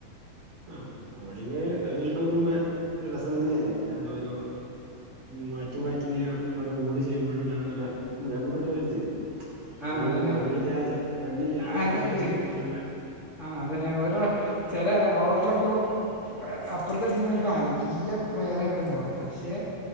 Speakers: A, on the right; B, on the left.
A: ആഹ്, ബോളിങ് <unintelligible> ക്കുമ്പേ ഒരു രസം തന്നേണ് കാരണം ഒരു മാറ്റി, മാറ്റി ഇങ്ങനെ അവർ ബോള് ചെയ്യുമ്പോഴഴുള്ള നമ്മ കിട്ടണ ഒ രുത്.
B: ആ
A: അതൊരു
B: അതന്നെ
A: റണ്ണില്ലാതെ, റണ്ണില്ലാതെ
B: അങ്ങനെ
A: ബോള് അവസാനിക്കുന്നതിന് മുമ്പേ
B: ആ അതന്നെ ഓലെ ചില ഓവറിലൊക്കെ അപ്പുറത്തെ ടീമ ചെലപ്പോൾ നല്ല പ്ലെയറൊക്കെ ഉണ്ടാവും പക്ഷെ